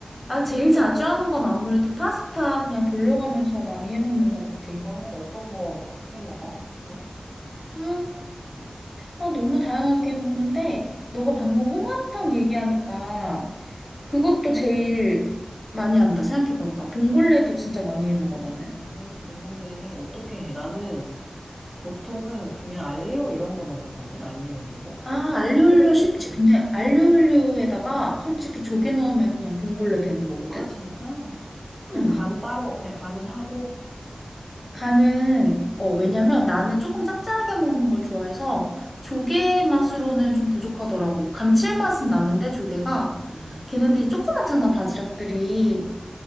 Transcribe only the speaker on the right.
어, 어떤 거 해 먹어? 보통?
어, 봉골레 어떻게 해? 나는 보통은 그냥 알리오 이런 것만 먹거든? 알리오 올리오?
봉골레는
음,
아, 진짜? 그럼
간 따로 그냥 간은 하고?
음,
음.